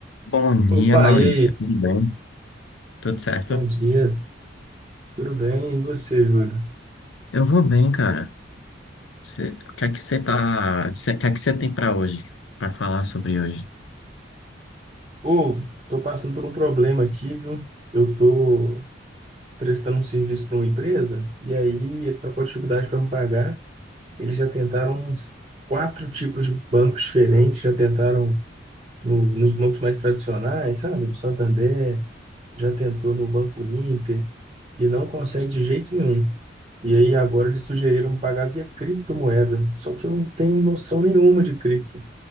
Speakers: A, on the left (about 80°); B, on the right (about 30°).
A: Bom dia,
B: Opa,
A: Maurício.
B: e aí?
A: Tudo bem? Tudo certo?
B: Bom dia, tudo bem? E você, Júlio?
A: Eu vou bem, cara. Cê- o que é que você tá, cê- o que é que você tem para hoje, para falar sobre hoje?
B: Ô, tô passando por um problema aqui, viu? Eu tô prestando um serviço para uma empresa e aí eles estão com dificuldade para me pagar. Eles já tentaram uns quatro tipos de bancos diferentes, já tentaram no- nos bancos mais tradicionais, sabe? No Santander, já tentou no Banco Inter e não consegue de jeito nenhum. E aí agora eles sugeriram pagar via criptomoeda, só que eu não tenho noção nenhuma de cripto.